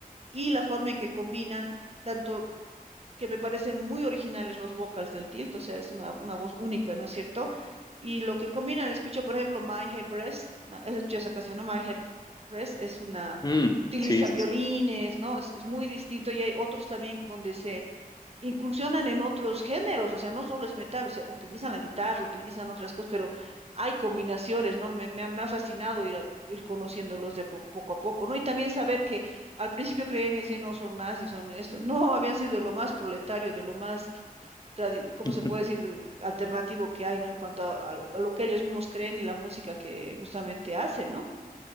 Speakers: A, on the right; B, on the left.
A: y la forma en que combinan. tanto que me parecen muy originales los vocals del Tilt, o sea, es una, una voz única, ¿no es cierto? Y lo que combinan, escucho por ejemplo My Head Breast, ma- has escuchado esa canción, ¿no? My Head Breast es una,
B: Mm,
A: utiliza
B: sí, sí,
A: violines,
B: sí.
A: ¿no? Es, es muy distinto y hay otros también donde se incursionan en otros géneros, o sea, no solo es metal, o sea, utilizan la guitarra, utilizan otras cosas, pero hay combinaciones, ¿no? Me, me ha me ha fascinado ir, a- ir conociéndolos de po- poco a poco, ¿no? Y también saber que al principio creían y decían, no, son nazis, son esto, no, habían sido de lo más proletario, de lo más, tradi- ¿cómo
B: <laughs>
A: se puede decir?, alternativo que hay, ¿no? En cuanto a, a lo, a lo que ellos mismos creen y la música que justamente hacen, ¿no?